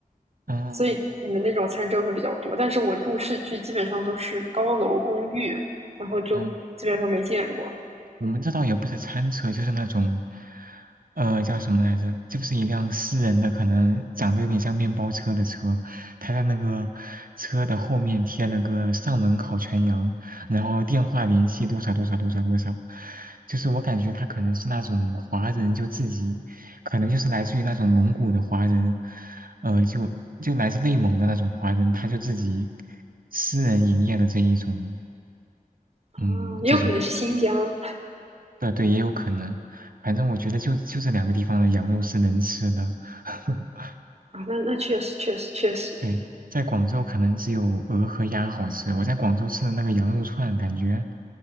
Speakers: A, on the right; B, on the right.
A: 嗯，
B: 所以你们那种餐车会比较多。但是我住市区基本上都是高楼公寓，然后就基本上没见过
A: 呃我们这倒也不是餐车，就是那种，呃，叫什么来着？就是一辆私人的，可能长得有点像面包车的车，他在那个车的后面贴了个上门烤全羊，然后电话联系多少多少多少多少，就是我感觉他可能是那种华人，就自己可能就是来自于那种蒙古的华人，呃，就就来自内蒙的那种华人，他就自己私人营业的这一种，
B: 啊，
A: 嗯，
B: 也有可能是新疆
A: 这种。呃，对，也有可能。反正我觉得就就这两个地方的羊肉是能吃的。<laughs>
B: 啊，那那确实确实确实
A: 对，在广州可能只有鹅和鸭好吃。我在广州吃的那个羊肉串，感觉，